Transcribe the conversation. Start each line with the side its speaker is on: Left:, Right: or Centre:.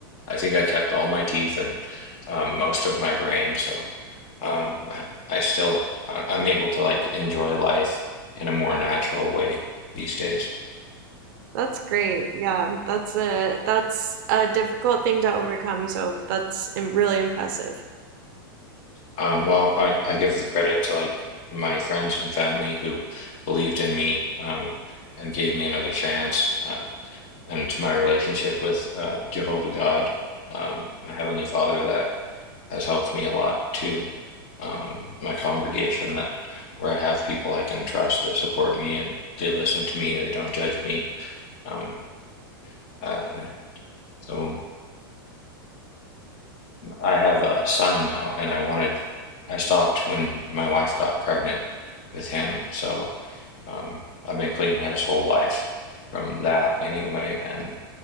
Left: I think I kept all my teeth and um, most of my brain, so um, I, I still I- I'm able to like enjoy life in a more natural way these days.
Right: That's great. Yeah, um, that's a that's a difficult thing to overcome, so that's im- really impressive.
Left: Um, well, I, I give the credit to like my friends and family who believed in me um, and gave me another chance. Uh, um, to my relationship with uh, Jehovah God, um, my Heavenly Father, that has helped me a lot too. Um, my congregation that where I have people I can trust that support me and they listen to me, they don't judge me. Um, uh, so I have a son now, and I wanted I stopped when my wife got pregnant with him, so um, I've been clean his whole life from that anyway, and.